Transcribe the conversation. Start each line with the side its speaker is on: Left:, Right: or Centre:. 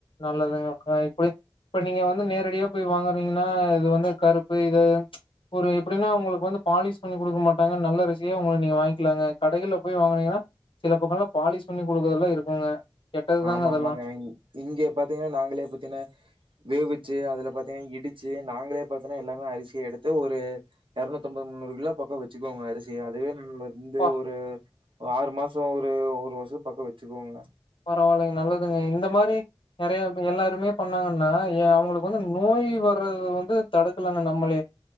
Left: நல்லதுங்க இப்டி இப்ப நீங்க வந்து நேரடியா போயி வாங்கறீங்கனா இது வந்து கருப்பு இது ஒரு எப்டின்னா ஒங்ளுக்கு வந்து பாலிஷ் பண்ணி குடுக்க மாட்டாங்க நல்ல அரிசியா அவங்க நீங்க வாங்கிக்கலாங்க கடைகள்ல போயி வாங்குனீங்கனா சில பக்கல்லா பாலிஷ் பண்ணி குடுக்குறதெல்லா இருக்குங்க கெட்டது தாங்க
Right: ஆமா
Left: அதெல்லா
Right: ஆமாங்க இங்க பாத்தீங்கனா நாங்ளே பாத்தீங்கனா வேவிச்சு அதுல பாத்தீங்கனா இடிச்சு நாங்களே பாத்தீங்கனா எல்லாமே அரிசிய எடுத்து ஒரு இரநூத்திம்பது முன்னூறு கிலோ பக்கோ வெச்சுக்கோங்க அரிசிய அதுவே நு இந்த
Left: அப்பா
Right: ஒரு ஆறு மாச ஒரு ஒரு வருஷ பக்க வச்சிக்கோங்க
Left: பரவாலைங்க நல்லதுங்க இந்த மாரி நெறைய எல்லாருமே பண்ணாங்கன்னா ஏ அவுங்களுக்கு வந்து நோய் வறது வந்து தடுக்கலாங்க நம்மளே